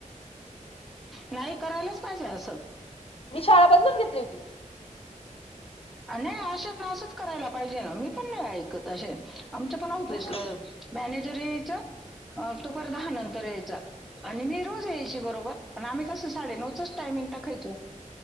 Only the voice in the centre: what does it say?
नाही करायलाच पाहिजे असं
नाही अशंना असंच करायला पाहिजे ना. मी पण नाही ऐकत असे आमच्या पण ऑफिसला
मॅनेजर यायचा. तो फार दहा नंतर यायचा आणि मी रोज यायची बरोबर आणि आम्ही कसं साडेनऊचच टायमिंग टा खयचो.